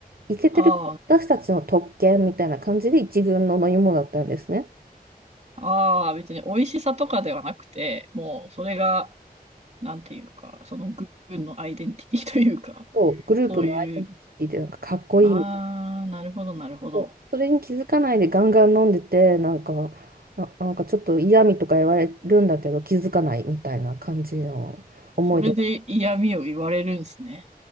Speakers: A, on the right; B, on the right.
A: イケてる私たちの特権みたいな感じで一軍の飲み物だったんですね。
B: ああ、ああ、別に美味しさとかではなくて、もうそれがなんていうか、その軍のアイデンティティというか、
A: そう、グループのアイデンティティでなんかかっこいいみたいな。
B: そういう、あー、なるほど、なるほど。
A: そうそれに気づかないでガンガン飲んでてなんかな、なんかちょっと嫌味とか言われるんだけど気づかないみたいな感じの思い出が
B: それで嫌味を言われるんですね。